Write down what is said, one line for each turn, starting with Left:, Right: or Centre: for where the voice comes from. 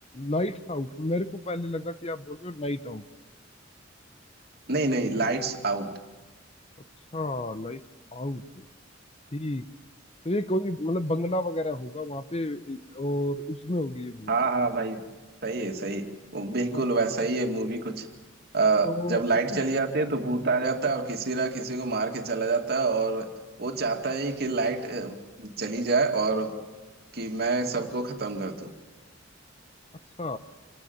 Left: लाइट्स आउट मेरे को पहले लगा कि आप बोल रहे हो नाइट आउट
Right: नहीं नहीं लाइट्स आउट
Left: अच्छा लाइट्स आउट ठीक तो ये कोई मतलब बंगला वगैरह होगा वहां पे और उसमें होगी ये भूत
Right: हाँ हाँ भाई सही है सही है। वो बिल्कुल
Left: हाँ
Right: वैसा ही है मूवी कुछ अ,
Left: तो
Right: जब लाइट
Left: इसकी
Right: चली
Left: जो
Right: जाती है तो भूत आ जाता है और किसी ना किसी को मार के चला जाता है और वो चाहता है कि लाइट अ, चली जाए और कि मैं सबको खत्म कर दूं
Left: अच्छा